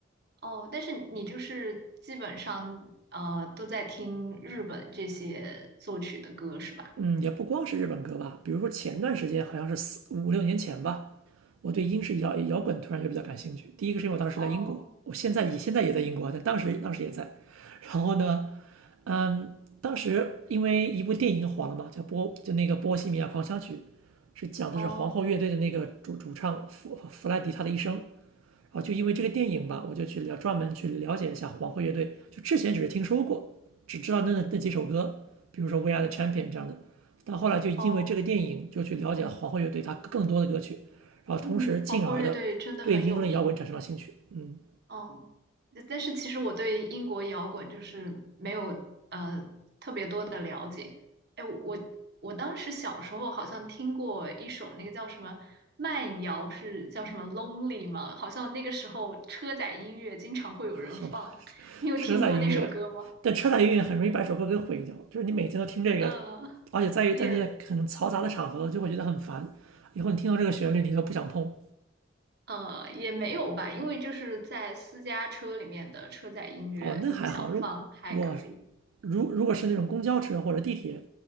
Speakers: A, on the right; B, on the right.
A: 哦，但是你就是基本上呃都在听日本这些作曲的歌是吧？
B: 嗯，也不光是日本歌吧，比如说前段时间好像是四五六年前吧，我对英式摇摇滚突然就比较感兴趣。第一个是因为我当时在英国，
A: 哦
B: 我现在也现在也在英国啊，
A: 嗯
B: 但当时当时也在。然后呢，嗯，当时因为一部电影火了嘛，叫《波》，就那个《波西米亚狂想曲》，是讲的是皇后乐队的那个主主唱弗弗莱迪他的一生。
A: 哦
B: 然后就因为这个电影吧，我就去了专门去了解一下皇后乐队。就之前只是听说过，只知道那那几首歌，比如说《We Are the Champion》这样的。但后来就因为这个电影，
A: 哦，
B: 就去了解了皇后乐队它更多的歌曲，然后同时进而的对英伦摇滚产生了兴趣。
A: 嗯，皇后乐队真的很有名。
B: 嗯，
A: 哦，呃但是其实我对英国摇滚就是没有呃特别多的了解。哎，我我当时小时候好像听过一首那个叫什么慢摇，是叫什么 Lonely 吗？好像那个时候车载音乐经常会有人放，
B: 很
A: 你有听过那首歌吗？
B: 车载音乐，但车载音乐很容易把一首歌给毁掉，就是你每天都听这个，
A: 呃，
B: 而且在于在那些很嘈杂的场合就会觉得很烦，
A: 也
B: 以后你听到这个旋律你都不想碰。
A: 呃也没有吧，因为就是在私家车里面的车载音乐音响放还可以。
B: 哦，那还好，如我如如果是那种公交车或者地铁，